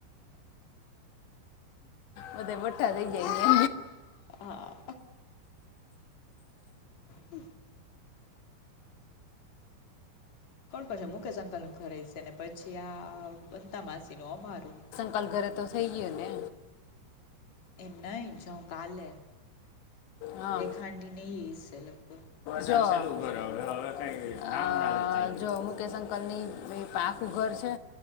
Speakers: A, on the left; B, on the left.
A: અતો બઠ્ઠા થઈ જઈએ.
B: હા હમ કોણ પછે મુકેશ અંકલનું ઘર હશે ને પછી આ વનતા માસીનું અમારું
A: કલ ઘરે તો થઈ ગયું ને?
B: એમ નહીં જઉં કાલે
A: હા
B: રેખા આંટીને ઈ એ હસે લગભગ.
A: જો <inaudible> અ જો મુકેશ અંકલની તો આખું ઘર છે?